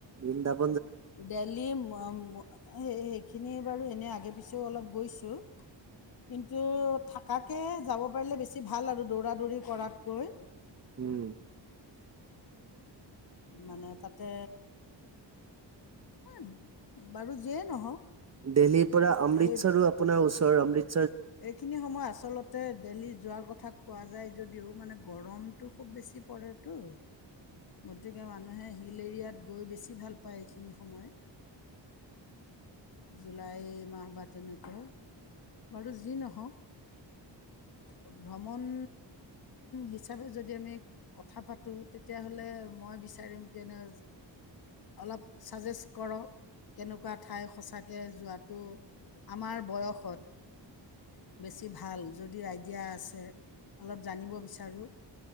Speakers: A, on the right; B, on the left.
A: বিন্দাবন
B: দিল্লীৰ সেইখিনি বাৰু এনে আগে পিছেও অলপ গৈছো কিন্তু থকাকে যাব পাৰিলে বেছি ভাল আৰু দৌৰা দৌৰি কৰাতকৈ
A: উম
B: মানে তাতে এ বাৰু যিয়ে নহওক
A: দেল্লীহিৰ পৰা অমৃতসৰো
B: এই
A: আপোনাৰ ওচৰৰ অমৃতৰ
B: এইখিনি সময় আচলতে দেল্হি যোৱাৰ কথা দেলহি কথা কোৱা যায় যদিও গৰমতো বেছি পৰে তো গতিকে মানুহে হিল এৰিয়াত গৈ বেছি ভাল পায় এইখিনি সময়ত জুলাই মাহ বা তেনেকুৱা বাৰু যি নহওক ভ্ৰমণ হিচাপে যদি আমি কথা পাতোঁ তেতিয়াহ'লে মই বিচাৰিম কেনে অলপ ছাজেষ্ট কৰক কেনেকুৱা ঠাই সঁচাকৈ যোৱাটো আমাৰ বয়সত বেছি ভাল যদি আইডিয়া আছে অলপ জানিব বিচাৰোঁ